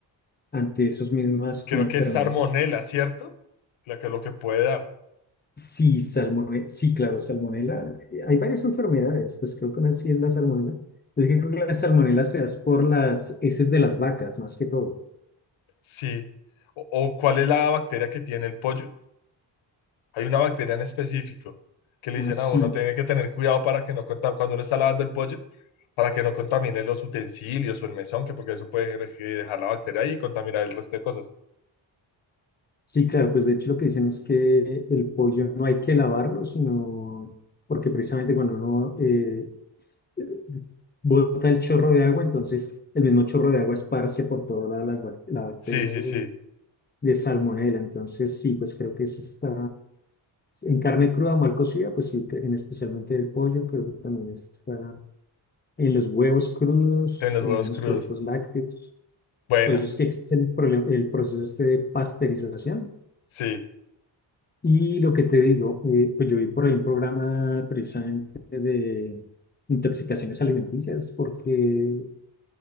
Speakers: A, on the left; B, on the left.
A: ante esas mismas como
B: creo
A: enfermedades
B: que es salmonela, ¿cierto? La que lo que puede dar.
A: Sí, salmone, sí, claro, salmonela. Eh, Hay varias enfermedades, pues creo que una sí es la salmonela. Es que creo que la salmonela se da por las heces de las vacas, más que todo.
B: Sí. o o, cuál es la bacteria que tiene el pollo? Hay una bacteria en específico que le
A: Ah,
B: dicen
A: sí,
B: a uno, tiene que tener cuidado para que no contamine, cuando uno está lavando el pollo, para que no contamine los utensilios o el mesón, que porque eso puede de- dejar la bacteria ahí y contaminar el resto de cosas.
A: sí, claro, pues de hecho lo que dicen es que el pollo no hay que lavarlo, sino porque precisamente cuando uno eh, s- bota el chorro de agua, entonces el mismo chorro de agua esparce por toda la, las bac- la bacteria
B: Sí, sí, sí,
A: de salmonela. Entonces, sí, pues creo que eso está en carne cruda o mal cocida, pues sí, en especialmente el pollo, creo que también está en los huevos crudos,
B: en los
A: en
B: huevos
A: algunos
B: crudos.
A: productos lácteos.
B: Bueno,
A: Por eso es que existe el, problema- el proceso este de pasteurización.
B: sí,
A: Y lo que te digo, eh, pues yo vi por ahí un programa precisamente de intoxicaciones alimenticias, porque